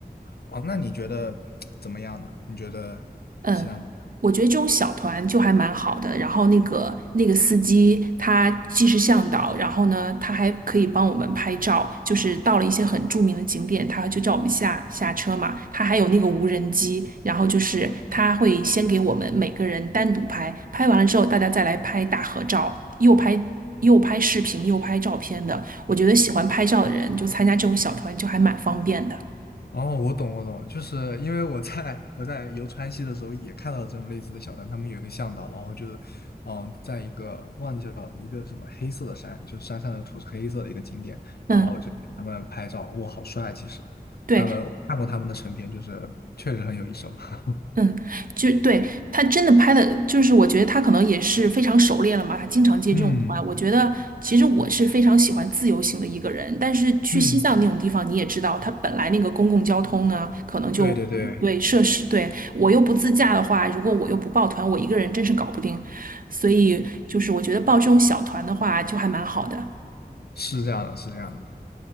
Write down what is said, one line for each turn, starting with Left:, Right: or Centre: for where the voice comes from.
Left: 哦，那你觉得怎么样呢？你觉得西藏怎么样？
Right: 嗯，我觉得这种小团就还蛮好的。然后那个那个司机，他既是向导，然后呢，他还可以帮我们拍照。就是到了一些很著名的景点，他就叫我们下下车嘛。他还有那个无人机，然后就是他会先给我们每个人单独拍，拍完了之后大家再来拍大合照，又拍又拍视频又拍照片的。我觉得喜欢拍照的人就参加这种小团就还蛮方便的。
Left: 哦，我懂，我懂，就是因为我在我在游川西的时候也看到了这种类似的小站，他们有一个向导，然后就是，嗯，在一个忘记了一个什么黑色的山，就是山上的土是黑色的一个景点，
Right: 嗯，
Left: 然后就给他们拍照，哇，好帅！其实他们我看过他们的成片，
Right: 对，
Left: 就是确实很有一手。<laughs>
Right: 嗯，就对，他真的拍的，就是我觉得他可能也是非常熟练了嘛，他经常接这种团。
Left: 嗯
Right: 我觉得其实我是非常喜欢自由行的一个人，但是去西藏那种地方，
Left: 嗯，
Right: 你也知道，它本来那个公共交通呢，可能就对设施，
Left: 对对对，
Right: 对，我又不自驾的话，如果我又不报团，我一个人真是搞不定。所以就是我觉得报这种小团的话，就还蛮好的。
Left: 是这样的，是这样的。